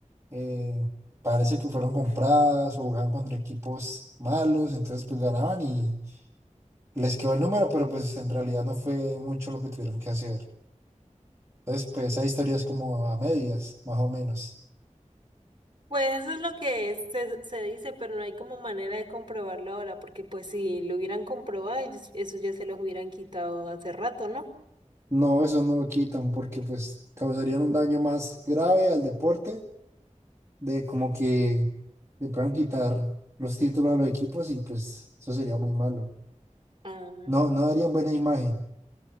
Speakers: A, on the right; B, on the right.
A: eh, parece que fueron compradas o jugaban contra equipos malos, entonces pues ganaban y les quedó el número, pero pues en realidad no fue mucho lo que tuvieron que hacer. Entonces pues esa historia es como a medias, más o menos.
B: Pues eso es lo que es- se, se dice, pero no hay como manera de comprobarlo ahora, porque pues si lo hubieran comprobado, ellos- eso ya se los hubieran quitado hace rato, ¿no?
A: No, eso no lo quitan porque pues causarían un daño más grave al deporte de como que le puedan quitar los títulos a los equipos y pues eso sería muy malo.
B: Ah,
A: No, no darían buena imagen.